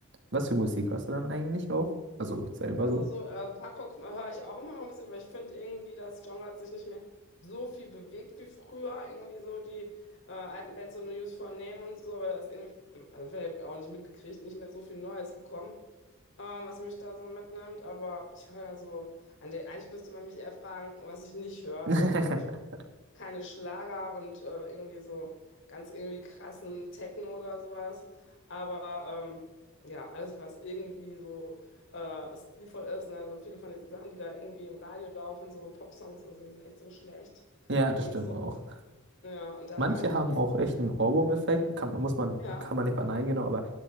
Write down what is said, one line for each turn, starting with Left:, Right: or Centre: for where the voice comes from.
Right: was für Musik hörst du dann eigentlich auch? Also selber
Left: Also
Right: so?
Left: so äh, Punkrock höre ich auch immer noch ein bisschen, weil ich finde irgendwie, das Genre hat sich nicht mehr so viel bewegt wie früher. Irgendwie so die äh, alten Bands, so No Use for a Name und so, aber da ist irgendwie, also vielleicht auch nicht mitgekriegt, nicht mehr so viel Neues gekommen, ähm, was mich da so mitnimmt. Aber ich höre da so, eigentlich müsste man mich eher fragen, was ich nicht höre.
Right: <laughs>
Left: Also so, ich keine Schlager und äh, irgendwie so ganz irgendwie krassen Techno oder sowas. Aber ähm, ja, alles, was irgendwie so äh, stilvoll ist, ne, also viele von diesen Sachen, die da irgendwie im Radio laufen, so Popsongs, also die sind echt so schlecht
Right: Ja, das
Left: und
Right: stimmt
Left: so.
Right: auch.
Left: Ja, und da
Right: Manche
Left: frage ich
Right: haben
Left: mich echt,
Right: auch
Left: ja.
Right: echt einen Ohrwurm-Effekt. Kann, muss man,
Left: Ja,
Right: kann man nicht verneinen, genau, aber